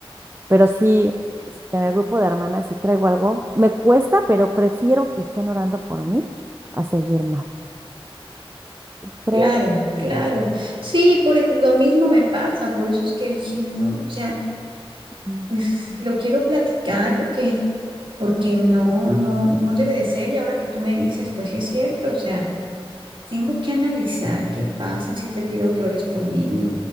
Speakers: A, on the right (about 25°); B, on the right (about 55°).
A: Pero sí, este, en el grupo de hermanas, si traigo algo, me cuesta, pero prefiero que estén orando por mí a seguir mal. Y creo,
B: claro,
A: mm,
B: claro. Sí, por e- lo mismo me pasa, por eso es que dije, no, o sea,
A: mm.
B: pues lo quiero platicar porque, porque no, no, no debe de ser. Y ahora que tú me dices, pues sí es cierto, o sea. Tengo que analizar qué pasa si te pido que ores por mí.